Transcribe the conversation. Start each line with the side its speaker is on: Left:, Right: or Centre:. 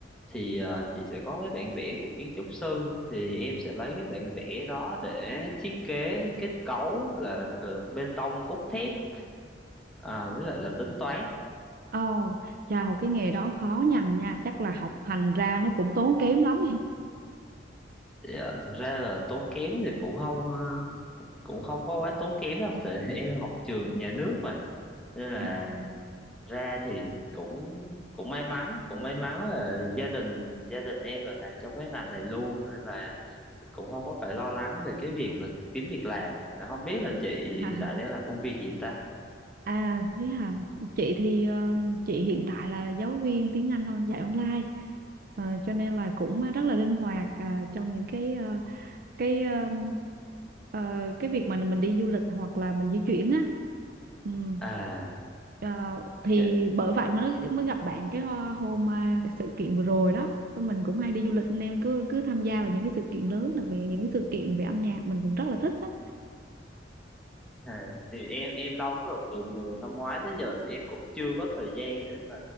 Centre: thì ờ, chị sẽ có cái bản vẽ của kiến trúc sư thì em sẽ lấy cái bản vẽ đó để thiết kế kết cấu là từ bê tông cốt thép à, với lại là tính toán
Right: ồ oh, chào cái nghề đó khó nhằn nha chắc là học hành ra nó cũng tốn kém lắm
Centre: Thì, ờ, thực ra là tốn kém thì cũng không ờ, cũng không có quá tốn kém đâu tại <laughs> em học trường nhà nước mà nên là
Right: <laughs>
Centre: ra thì cũng cũng may mắn cũng may mắn là gia đình gia đình em là làm trong cái ngành này luôn nên là cũng không có phải lo lắng về cái việc mà kiếm việc làm Dạ, không biết là chị hiện
Right: à,
Centre: tại đang làm công việc gì ta
Right: à thế hả chị thì ờ, chị hiện tại là giáo viên tiếng Anh thôi dạy online Ờ, cho nên là cũng rất là linh hoạt à, trong những cái ờ, cái um, ờ, cái việc mà mình đi du lịch hoặc là mình di chuyển á ừm,
Centre: à,
Right: ờ, thì
Centre: cái,
Right: bởi vậy mới mới gặp bạn cái ho- hôm à, sự kiện vừa rồi đó Thôi mình cũng hay đi du lịch nên cứ cứ tham gia vào những cái sự kiện lớn đặc biệt là những cái sự kiện về âm nhạc mình cũng rất là thích đó
Centre: à thì em em lâu lắm rồi từ, từ năm ngoái tới giờ là em cũng chưa có thời gian để mà